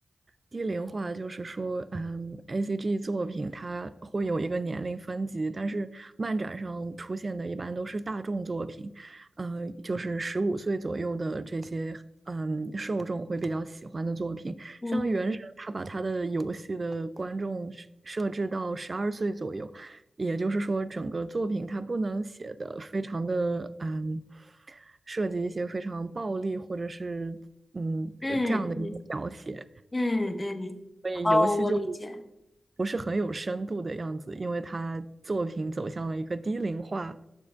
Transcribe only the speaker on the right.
低龄化就是说，嗯，A C G 作品它会有一个年龄分级，但是漫展上出现的一般都是大众作品，呃，就是十五岁左右的这些，嗯，受众会比较喜欢的作品。
像《原神》，它把它的游戏的观众设设置到十二岁左右，也就是说，整个作品它不能写的非常的，嗯，涉及一些非常暴力或者是，嗯，
这样的一个描写。
所以游戏就
不是很有深度的样子，因为它作品走向了一个低龄化。